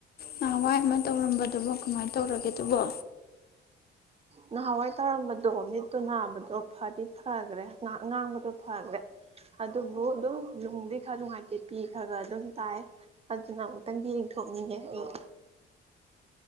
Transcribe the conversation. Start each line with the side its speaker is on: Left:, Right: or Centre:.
Left: ꯅꯍꯥꯟꯋꯥꯏ ꯑꯃꯥ ꯇꯧꯔꯝꯕꯗꯨꯕꯨ ꯀꯃꯥꯏꯅ ꯇꯧꯔꯒꯦꯗꯨꯕꯣ
Right: ꯅꯍꯥꯟꯋꯥꯏ ꯇꯧꯔꯝꯕꯗꯣ ꯃꯤꯠꯇꯣ ꯅꯥꯕꯗꯣ ꯐꯗꯤ ꯐꯈ꯭ꯔꯦ ꯉꯥꯡ ꯉꯥꯡꯕꯗꯣ ꯐꯈ꯭ꯔꯦ ꯑꯗꯨꯕꯨ ꯑꯗꯨꯝ ꯅꯨꯡꯗꯤ ꯈꯥꯔꯥ ꯑꯗꯨꯝ ꯅꯨꯡꯉꯥꯏ ꯇꯤ ꯄꯤ ꯈꯔꯥ ꯈꯔꯥ ꯑꯗꯨꯝ ꯇꯥꯏ ꯑꯗꯨꯅ ꯑꯃꯨꯛꯇꯪꯗꯤ ꯌꯦꯡꯊꯣꯛꯅꯤꯡꯉꯦ ꯑꯩ